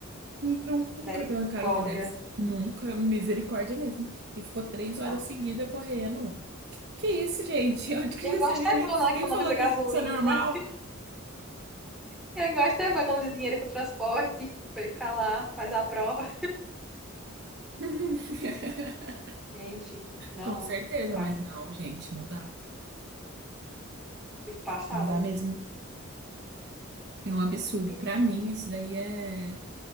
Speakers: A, on the right; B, in the centre.
A: Nunca
B: misericórdia.
A: que eu encaro uma dessa. Nunca, misericórdia mesmo. E ficou três horas
B: Ah,
A: seguidas correndo. Que, que isso, gente? <laughs> Onde que
B: Quem
A: já
B: gosta
A: se viu
B: é bom,
A: isso?
B: né? Que
A: Quem
B: Economiza
A: falou
B: gasolina.
A: que isso é normal?
B: Quem gosta é bom, economiza dinheiro com transporte. Veio pra lá, faz a prova.
A: <laughs>
B: Gente, não,
A: Com certeza,
B: pass-
A: mas não, gente, não dá.
B: fico passada.
A: Não dá mesmo. É um absurdo.
B: E-
A: Pra mim, isso daí é,